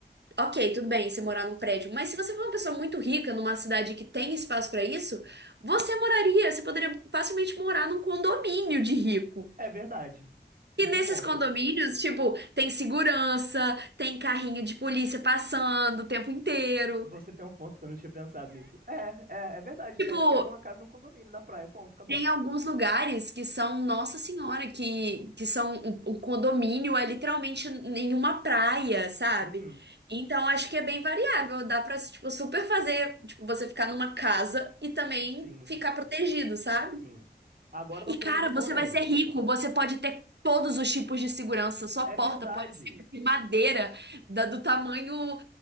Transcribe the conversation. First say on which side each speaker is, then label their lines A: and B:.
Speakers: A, on the right (about 75°); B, on the right (about 55°).
A: Ok, tudo bem você morar num prédio. Mas se você for uma pessoa muito rica numa cidade que tem espaço pra isso, você moraria, você poderia facilmente morar num condomínio de rico.
B: É verdade. Você
A: E
B: tem
A: nesses
B: um ponto.
A: condomínios, tipo, tem segurança, tem carrinho de polícia passando o tempo inteiro.
B: Você tem um ponto que eu não tinha pensado nisso. É, é, é verdade.
A: Tipo,
B: Então, eu quero uma casa num condomínio na praia. Ponto, acabou.
A: Tem alguns lugares que são Nossa Senhora, que, que são o, o condomínio é literalmente em uma praia, sabe?
B: Uhum.
A: Então acho que é bem variável, dá pra tipo, super fazer, tipo, você ficar numa casa e também
B: Sim,
A: ficar protegido, sabe?
B: sim. Agora uma
A: E
B: pergunta
A: cara,
B: polêmica,
A: você vai ser rico,
B: então.
A: você pode ter todos os tipos de segurança, sua
B: É
A: porta
B: verdade.
A: pode ser de madeira, da- do tamanho